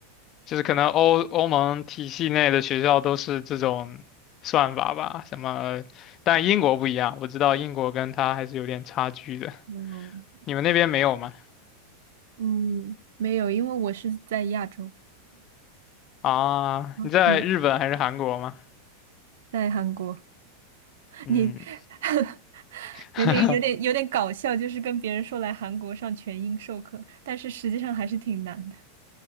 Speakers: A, on the left; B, on the right.
A: 就是可能欧欧盟体系内的学校都是这种算法吧，什么，但英国不一样，我知道英国跟它还是有点差距的。
B: 嗯
A: 你们那边没有吗？
B: 嗯，没有，因为我是在亚洲，
A: 啊，
B: <laughs> 嗯，
A: 你在日本还是韩国吗？
B: 对，在韩国。
A: 嗯，
B: 你 <laughs>
A: <laughs>
B: 有点有点有点搞笑，就是跟别人说来韩国上全英授课，但是实际上还是挺难的。